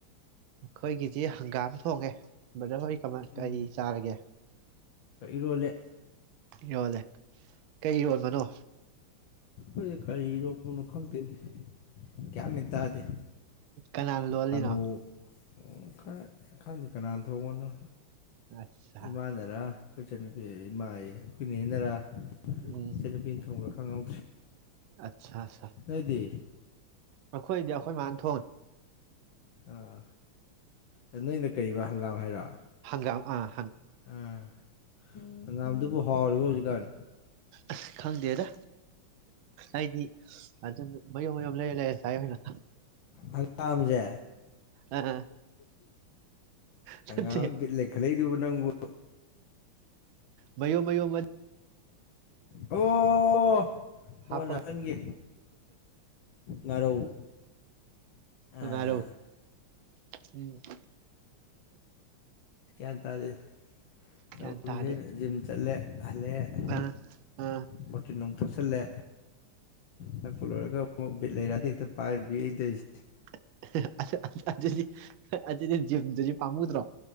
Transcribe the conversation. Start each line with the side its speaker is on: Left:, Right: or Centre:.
Right: ꯈꯣꯏꯒ ꯁꯤ ꯍꯪꯒꯥꯝ ꯊꯣꯡꯉꯦ ꯕꯖꯣꯏ ꯀꯃꯥꯏ
Left: ꯎꯝ
Right: ꯀꯔꯤ ꯆꯥꯔꯒꯦ
Left: ꯏꯔꯣꯜꯂꯦ
Right: ꯌꯣꯜꯂꯦ ꯀꯩ ꯌꯣꯟꯕꯅꯣ
Left: ꯑꯩ ꯀꯔꯤꯔ ꯈꯪꯗꯦꯅꯤ ꯀꯌꯥꯃꯦꯟ ꯇꯥꯗꯦ
Right: ꯀꯅꯥꯅ ꯂꯣꯜꯂꯤꯅꯣ
Left: ꯀꯥꯡꯉꯧ ꯃꯈꯈ ꯗꯤ ꯀꯅꯥ ꯇꯅ
Right: ꯑꯠꯆꯥ
Left: ꯏꯃꯥꯟꯅꯔꯥ ꯑꯩꯈꯣꯏ ꯏꯆꯟꯅꯨꯄꯤ ꯏꯃꯥ ꯑꯩꯈꯣꯏꯅꯦꯅꯔꯥ
Right: ꯎꯝ
Left: ꯁꯔ ꯄꯟ ꯊꯣꯡ꯭ꯔ ꯐꯉꯥꯎ
Right: ꯑꯠꯆꯥ ꯑꯠꯆꯥ
Left: ꯑꯗꯨꯗꯤ
Right: ꯑꯩꯈꯣꯏꯗꯤ ꯑꯩꯈꯣꯏ ꯃꯥꯅ ꯊꯣꯡꯅꯤ
Left: ꯑꯥ ꯑꯗꯨ ꯏꯅ ꯀꯔꯤꯕ ꯍꯪꯒꯥꯝ ꯍꯥꯏꯩꯔ
Right: ꯒꯝꯥ
Left: ꯑꯝ ꯍꯡꯒꯥꯝꯗꯨꯕꯨ ꯍꯥꯎꯔꯤꯕꯣ ꯍꯧꯖꯤꯀꯟ
Right: ꯑꯁ ꯈꯪꯗꯦꯗ ꯑꯩꯗꯤ ꯑꯗꯨꯅ ꯃꯌꯨꯝ ꯃꯌꯨꯝ ꯂꯩꯔ ꯂꯩꯔꯦ ꯉꯁꯥꯏ ꯑꯣꯏꯅ
Left: ꯍꯪꯒꯥꯝꯁꯦ
Right: ꯑ ꯅꯠꯇꯦ
Left: ꯍꯪꯒꯥꯝ ꯠ ꯂꯩꯈꯠꯂꯛꯏꯗꯨꯕ ꯅꯪꯕꯨ
Right: ꯃꯌꯣ ꯃꯌꯣ ꯃ
Left: ꯑꯣ
Right: ꯍꯥꯄ
Left: ꯑꯣ ꯅꯥꯀꯟꯒꯤ ꯉꯥꯔꯧ ꯑꯥ
Right: ꯑꯔꯣ ꯎꯝ <inaudible>
Left: ꯀ꯭ꯌꯥ ꯇꯥꯖꯦꯜ ꯇꯧꯔꯤꯁꯦ
Right: ꯒ꯭ꯌꯥꯟ ꯇꯥꯗꯦ
Left: ꯑꯩꯅ ꯖꯤꯝ ꯆꯠꯂꯦ ꯍꯜꯂꯛꯑꯦ
Right: ꯑ ꯑ
Left: ꯄꯣꯔꯇꯤꯟ ꯅꯨꯡꯛ ꯊꯛꯆꯜꯂꯦ ꯊꯛꯄ ꯂꯣꯏꯔꯒ ꯕꯤꯠ ꯂꯩꯔꯥꯗꯤ ꯍꯦꯛꯇ ꯄꯥꯏꯔꯨꯕꯤ ꯑꯩꯅ ꯇꯧꯁꯦ
Right: <inaudible> ꯑꯗꯨꯗꯤꯖꯤꯗꯨꯗꯤ ꯄꯥꯝꯃꯨꯗ꯭ꯔꯣ